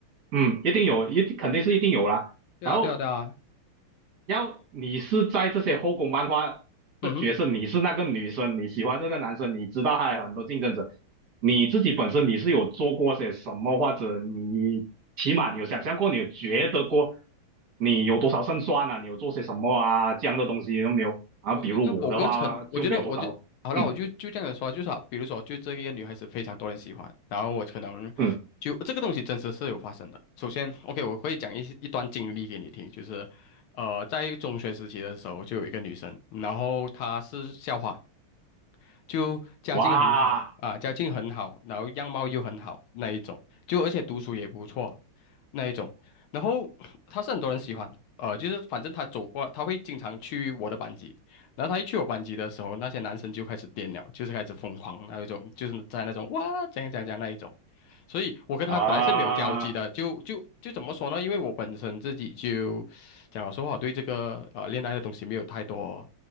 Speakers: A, on the right; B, on the left.
A: 嗯，一定有，一定肯定是一定有啦，
B: 对啊，
A: 然后
B: 对啊，对啊。
A: 要你是在这些后宫漫画的角色，
B: 嗯哼。
A: 你是那个女生，你喜欢这个男生，你知道还有很多竞争者，你自己本身你是有做过些什么，或者你起码你有想象过，你有觉得过，你有多少胜算啊，你有做些什么啊，这样的东西都没有啊。
B: 我觉得某个程，
A: 比如我的话就没有多少，
B: 我觉得我就好了，
A: 嗯
B: 我就就这样子说，就是啊比如说，就这一个女孩子非常多人喜欢，然后我可能就这个东西真实是有发生的。
A: 嗯，
B: 首先，OK，我会讲一些一段经历给你听，就是呃，在中学时期的时候，就有一个女生，然后她是校花，就家境很好啊，
A: 哇
B: 家境很好，然后样貌又很好那一种，就而且读书也不错那一种，然后他是很多人喜欢，呃，就是反正他走过，他会经常去我的班级，然后他一去我班级的时候，那些男生就开始癫了，就是开始疯狂那一种，就是在那种哇怎样怎样怎样那一种。所以我跟他本来是没有交集的，
A: 啊，
B: 就就就怎么说呢？因为我本身自己就讲老实话，我对这个呃恋爱的东西没有太多